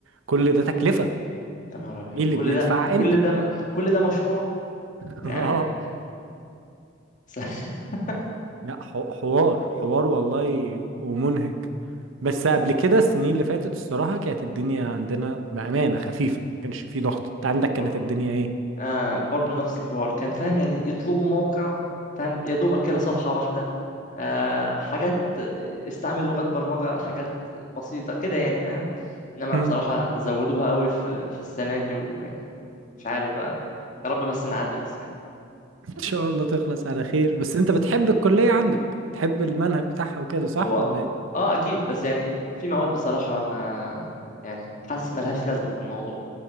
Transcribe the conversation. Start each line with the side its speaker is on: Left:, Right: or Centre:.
Right: وكل ده تكلفة
Left: يا نهار ابيض
Right: مين اللي
Left: كل
Right: بيدفع
Left: ده كل
Right: انت
Left: ده م... كل ده مشروع
Right: <laughs>
Left: يعني
Right: اه
Left: <laughs>
Right: لا ح- حوار حوار والله ومنهك بس قبل كده السنين اللي فاتت الصراحة كانت الدنيا عندنا بأمانة خفيفة ما كانش في ضغط انت عندك كانت
Left: س-
Right: الدنيا ايه
Left: آه برضه نفس الحوار كان فاهم يعني يطلبوا موقع فاهم يا دوبك كده صفحة واحدة آه حاجات استعمل لغات برمجة حاجات بسيطة كده يعني فاهم انما
Right: مم.
Left: بصراحة زودوها قوي في في السنة دي ويعني مش عارف بقى يا رب بس نعدي بس يعني
Right: <laughs> ان شاء الله تخلص على خير بس انت بتحب الكلية عندك بتحب المنهج بتاعها وكده صح
Left: هو
Right: ولا ايه
Left: اه اكيد بس يعني في مواد بصراحة ما يعني حاسس ملهاش لازمة في الموضوع